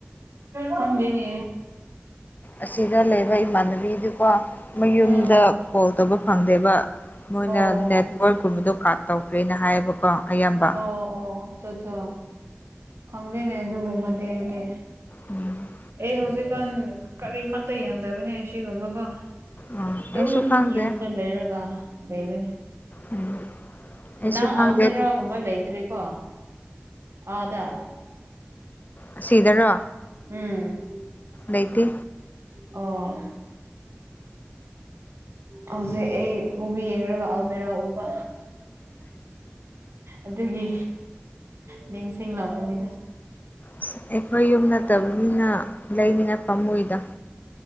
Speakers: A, on the right; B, on the left.
A: ꯁꯪꯗꯅꯦ
B: ꯑꯁꯤꯗ ꯂꯩꯕ ꯏꯃꯥꯟꯅꯕꯤꯗꯨꯀꯣ ꯃꯌꯨꯝꯗ
A: ꯎꯝ
B: ꯀꯣꯜ ꯇꯧꯕ ꯐꯪꯗꯦꯕ ꯃꯣꯏꯅ
A: ꯑꯣ
B: ꯅꯦꯠꯋꯔꯛ ꯁ꯭ꯀꯨꯜꯕꯗꯣ ꯀꯥꯠ ꯇꯧꯈ꯭ꯔꯦꯅ ꯍꯥꯏꯌꯦꯕꯀꯣ ꯑꯌꯥꯝꯕ
A: ꯑꯣ ꯑꯣ ꯆꯣ ꯆꯣ ꯈꯪꯗꯦꯅꯦ ꯑꯗꯨꯒꯨꯝꯕꯗꯤ ꯑꯩꯗꯤ
B: ꯎꯝ
A: ꯑꯩ ꯍꯧꯖꯤꯛꯀꯥꯟ ꯀꯔꯤꯃꯠꯇ ꯌꯦꯡꯗꯕꯅꯦ ꯑꯁꯤꯒꯨꯝꯕꯀꯣ
B: ꯎꯝ
A: ꯑꯗꯨꯝ
B: ꯑꯩꯁꯨ ꯈꯪꯗꯦ
A: ꯌꯨꯝꯗ ꯂꯩꯔꯒ ꯂꯩꯔꯦ
B: ꯎꯝ ꯑꯩꯁꯨ
A: ꯅꯪ
B: ꯈꯪꯗꯦ
A: ꯑꯜꯃꯤꯔꯥꯒꯨꯝꯕ
B: ꯑꯗꯨꯕꯨ
A: ꯂꯩꯇ꯭ꯔꯦꯀꯣ ꯑꯥꯗ
B: ꯑꯁꯤꯗꯔꯣ
A: ꯎꯝ
B: ꯂꯩꯇꯦ
A: ꯑꯣ ꯍꯧꯖꯤꯛ ꯑꯩ ꯃꯨꯚꯤ ꯌꯦꯡꯂꯒ ꯑꯜꯃꯤꯔꯥ ꯎꯕ ꯑꯗꯨꯒꯤ ꯅꯤꯡꯦꯡꯁꯤꯡꯦꯡ ꯂꯥꯛꯄꯅꯤꯗ
B: ꯑꯁ ꯑꯩꯈꯣꯏ ꯌꯨꯝ ꯅꯠꯇꯕꯅꯤꯅ ꯂꯩꯅꯤꯡꯉꯥꯏ ꯄꯥꯝꯃꯨꯣꯏꯗ